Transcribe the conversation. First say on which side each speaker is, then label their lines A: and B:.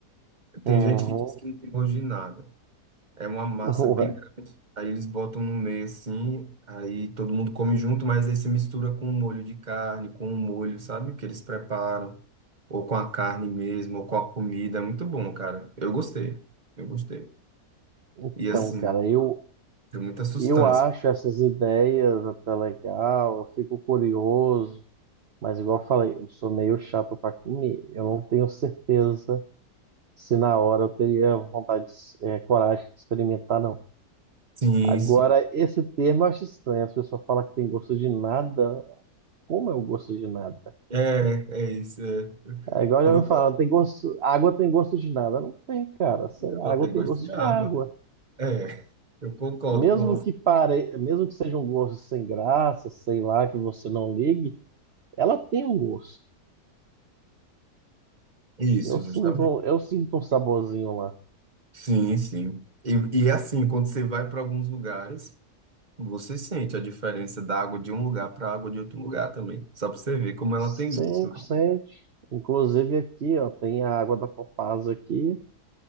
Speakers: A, on the right; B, on the right.
A: Tem
B: Uhum.
A: gente que diz que não tem gosto de nada. É uma massa
B: <laughs>
A: bem
B: Ué,
A: Aí eles botam no meio assim, aí todo mundo come junto, mas aí se mistura com o molho de carne, com o molho, sabe, que eles preparam, ou com a carne mesmo, ou com a comida. É muito bom, cara. Eu gostei. Eu gostei.
B: então,
A: E assim,
B: cara, eu,
A: tem muita sustância.
B: eu acho essas ideias até legal, eu fico curioso, mas igual eu falei, eu sou meio chato para comer. Eu não tenho certeza se na hora eu teria vontade, de- eh, coragem de experimentar, não.
A: Sim,
B: Agora,
A: sim.
B: esse termo eu acho estranho. As pessoas falam que tem gosto de nada. Como é o gosto de nada?
A: É, é isso. é.
B: É igual
A: Quando
B: já me
A: eu
B: falaram,
A: falo
B: tem gosto, água tem gosto de nada. Não tem, cara. Sei
A: que
B: lá,
A: ela
B: água
A: tem
B: tem
A: gosto
B: gosto
A: de água,
B: de água.
A: é, eu concordo
B: Mesmo
A: com você.
B: que pare, mesmo que seja um gosto sem graça, sei lá, que você não ligue, ela tem um gosto.
A: Isso,
B: Eu sinto,
A: justamente.
B: eu sinto um saborzinho lá.
A: Sim, sim. E, e assim, quando você vai para alguns lugares. Você sente a diferença da água de um lugar para a água de outro lugar também. Só para você ver como ela
B: Sente,
A: tem gosto. né?
B: sente. Inclusive aqui, ó, tem a água da Copasa aqui.